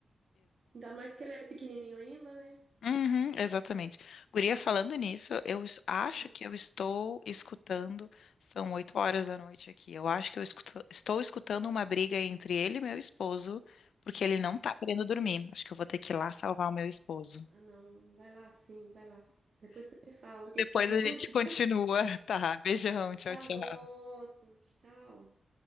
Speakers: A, on the right; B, on the left.
A: Ainda mais que ele é pequenininho ainda, né?
B: Uhum, exatamente. Guria, falando nisso, eu es- acho
A: Hum.
B: que eu estou escutando, são oito horas da noite aqui, eu acho que eu escuta- estou escutando uma briga entre ele e meu esposo, porque ele não tá querendo dormir. Acho que eu vou ter que ir lá salvar o meu esposo.
A: Ah, não, vai lá sim, vai lá. Depois você me fala o que
B: Depois
A: que virou.
B: a gente
A: <laughs>
B: continua, <laughs> tá? Beijão, tchau,
A: Tá
B: tchau.
A: bom, Hudson, tchau.